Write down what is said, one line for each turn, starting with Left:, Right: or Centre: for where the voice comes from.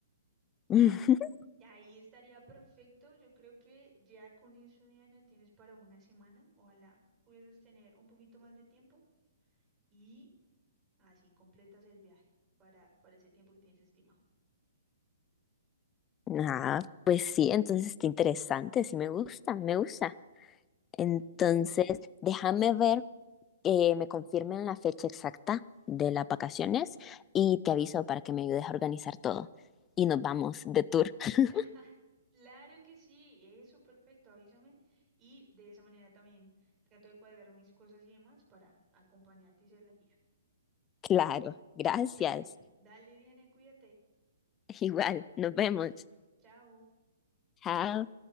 Right: Y
Left: <laughs>
Right: ahí estaría perfecto. Yo creo que ya con eso, Diana, tienes para una semana. Ojalá pudieses tener un poquito más de tiempo y así completas el viaje para, para ese tiempo que tienes estimado.
Left: Ah, pues sí, entonces está interesante, sí me gusta, me gusta. Entonces,
Right: Mm.
Left: déjame ver que me confirmen la fecha exacta de las vacaciones y te aviso para que me ayudes a organizar todo. Y nos vamos de tour. <laughs>
Right: <laughs> Claro que sí, eso perfecto, avísame. Y de esa manera también trato de cuadrar mis cosas y demás para acompañarte y ser la guía.
Left: Claro, gracias.
Right: Perfecto. Dale, Diana, cuídate.
Left: Igual, nos vemos.
Right: Chao.
Left: Chao.